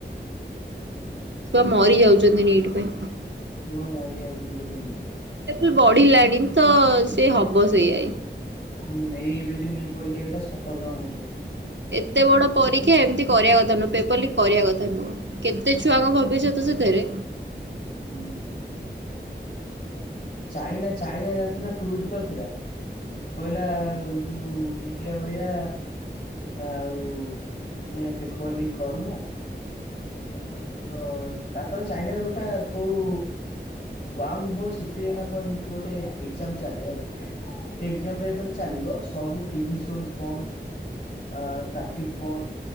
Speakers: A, on the right; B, on the left.
A: ଛୁଆ ମରି ଯାଉଛନ୍ତି ନିଟ୍ ପାଇଁ।
B: ଛୁଆ ମରି ଯାଉଛନ୍ତି କେତେ ନେଇ ନିଟ୍।
A: କେତେ ବଢିଲାଣି ତ ସେ ହବ ସେୟାଇ।
B: ହୁଁ ଏଇ ଏବେ ଯୋଉ ନିଟ୍ ପରୀକ୍ଷା ହେଇଥିଲା ସତର ଜଣ ମରିଛନ୍ତି।
A: ଏତେ ବଡ ପରୀକ୍ଷା ଏମିତି କରିବା କଥା ନୁହଁ ପେପର ଲିକ୍ କରିବା କଥା ନୁହଁ। କେତେ ଛୁଆଙ୍କ ଭବିଷ୍ୟତ ସେଥିରେ।
B: ହୁଁ। ଚାଇନା ଚାଇନା ଜାଣିଚୁନା ଟୁଇଟ୍ କରିଥିଲା? କହିଲା ଆଉ ଯୋଉ ଇଣ୍ଡିଆ ଭଳିଆ। ଆଉ ଆମେ ପେପର ଲିକ୍ କରୁନା। ଆମର ତାଙ୍କର ଚାଇନାରେ ଗୋଟା କୋଉ ୱନ୍ ବୋ ସିଟି ଏଇନା କ ଏମତି ଗୋଟେ ଏଜାମ୍ ଚାଲେ ହେଲା ସେ ଏଜାମ୍ ରେ ଯେତେଳେ ଚାଲିବ ସବୁ ଟିଭି ସୋସ୍ ବନ୍ଦ। ଆ ଟ୍ରାଫିକ୍ ବନ୍ଦ